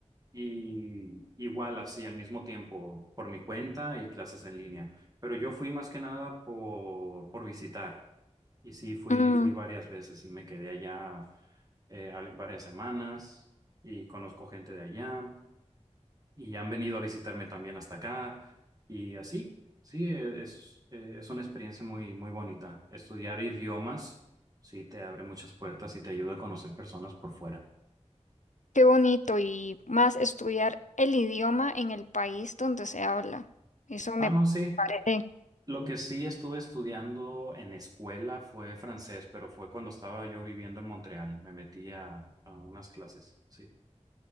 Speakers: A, on the right; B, on the left.
A: Y igual así al mismo tiempo por mi cuenta y clases en línea. Pero yo fui más que nada por, por visitar. Y sí, fui,
B: Mm,
A: fui varias veces y me quedé allá eh, al- varias semanas y conozco gente de allá y han venido a visitarme también hasta acá y así. Sí, eh, es, eh, es una experiencia muy, muy bonita. Estudiar idiomas sí te abre muchas puertas y te ayuda a conocer personas por fuera.
B: qué bonito. Y más estudiar el idioma en el país donde se habla. Eso
A: Ah,
B: me
A: no, sí.
B: parece.
A: Lo que sí estuve estudiando en escuela fue francés, pero fue cuando estaba yo viviendo en Montreal. Me metí a, a unas clases, sí.